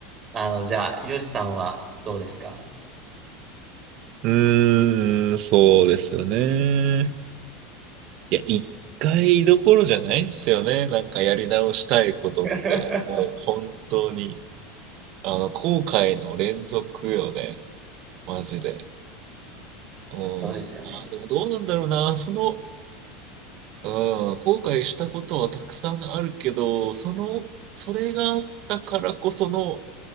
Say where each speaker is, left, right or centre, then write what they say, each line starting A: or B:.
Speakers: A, on the right; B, on the right.
A: あの、じゃあ、よしさんはどうですか
B: うーん、そうですよね。いや、一回どころじゃないんですよね。なんかやり直したいことって、
A: <laughs>
B: もう本当に、あの、後悔の連続よね。マジで。うん。
A: そうですよね。
B: まあ、でもどうなんだろうな。その、うん、後悔したことはたくさんあるけど、その、それがあったからこその、